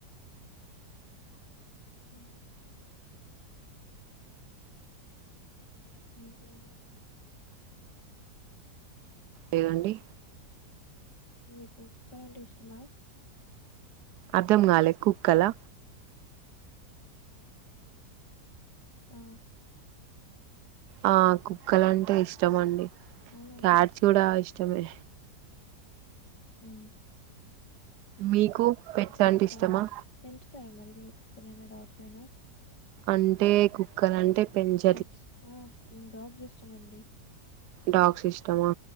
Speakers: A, on the left (about 70°); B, on the right (about 70°).
A: ఉ అవునులేండి
B: లేదండి
A: మీకు కుక్క అంటే ఇష్టమా
B: అర్థం కాలే కుక్కలా
A: ఆ
B: ఆ కుక్కలు అంటే ఇష్టమండి
A: అవునండి.
B: క్యాట్స్ కూడా ఇష్టమే
A: ఉ
B: మీకు పెట్స్
A: ఓకే
B: అంటే ఇష్టమా
A: పెంచుతారా మరి మీ కుక్కనైనా డాగ్స్ అయినా
B: అంటే కు కుక్కలంటే పెంచ్
A: పెట్స్ ఆ డాగ్స్ ఇష్టమండి
B: డాగ్స్ ఇష్టమా